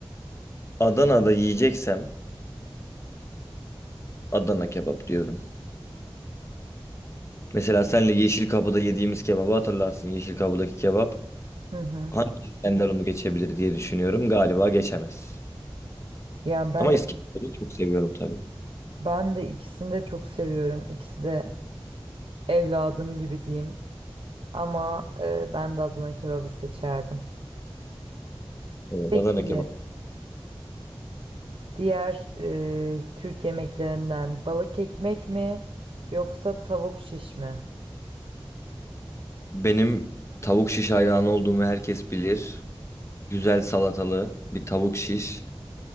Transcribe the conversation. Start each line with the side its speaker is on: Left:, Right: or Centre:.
Left: Adana'da yiyeceksem Adana kebap diyorum. Mesela senle Yeşil Kapı'da yediğimiz kebabı hatırlarsın. Yeşil Kapı'daki kebap.
Right: Hı hı.
Left: Hangi İskender onu geçebilir diye düşünüyorum. Galiba geçemez.
Right: Yani ben
Left: Ama
Right: de,
Left: İskender'i çok seviyorum tabii.
Right: ben de ikisini de çok seviyorum. İkisi de evladım gibi diyeyim. Ama e, ben de Adana kebabı seçerdim.
Left: Evet,
Right: Peki,
Left: Adana kebap.
Right: diğer e, Türk yemeklerinden balık ekmek mi yoksa tavuk şiş mi?
Left: Benim tavuk şiş hayranı olduğumu herkes bilir. Güzel salatalı bir tavuk şiş.